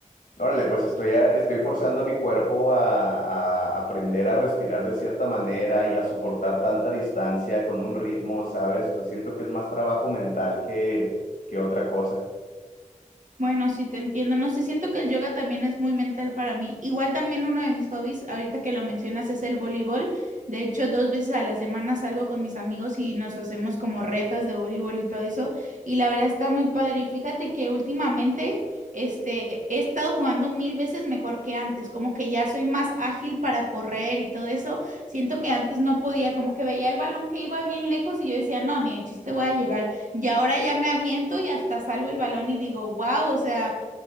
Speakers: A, on the left; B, on the right.
A: órale, pues estoy, a- estoy forzando a mi cuerpo a, a aprender a respirar de cierta manera y a soportar tanta distancia con un ritmo, ¿sabes? O sea, siento que es más trabajo mental que, que otra cosa.
B: Bueno, sí te entiendo. No sé, siento que el yoga también es muy mental para mí. Igual también uno de mis hobbies, ahorita que lo mencionas, es el voleibol. De hecho, dos veces a la semana salgo con mis amigos y nos hacemos como retas de voleibol y todo eso. Y la verdad está muy padre. Y fíjate que últimamente, este, he estado jugando mil veces mejor que antes. Como que ya soy más ágil para correr y todo eso. Siento que antes no podía, como que veía el balón que iba bien lejos y yo decía, no, ni de chiste voy a llegar. Y ahora ya me aviento y hasta salvo el balón y digo, wow, o sea,